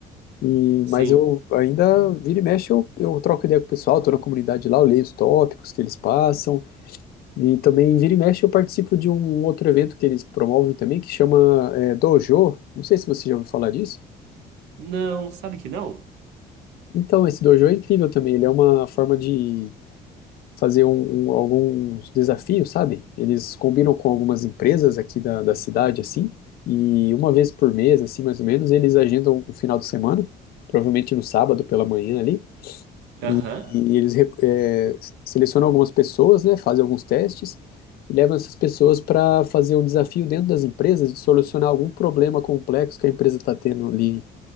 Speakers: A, on the left; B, on the right.
A: E,
B: Sim.
A: mas eu ainda, vira e mexe, eu, eu troco ideia com o pessoal, tô na comunidade lá, eu leio os tópicos que eles passam, e também vira e mexe eu participo de um outro evento que eles promovem também, que chama é, Dojo, não sei se você já ouviu falar disso.
B: Não, sabe que não?
A: Então, esse Dojo é incrível também, ele é uma forma de fazer um- um- alguns desafios, sabe? Eles combinam com algumas empresas aqui da, da cidade, assim, e uma vez por mês, assim, mais ou menos, eles agendam um final de semana, provavelmente no sábado pela manhã ali,
B: Aham.
A: e, e eles re- é, selecionam algumas pessoas, né? Fazem alguns testes e levam essas pessoas para fazer um desafio dentro das empresas de solucionar algum problema complexo que a empresa está tendo ali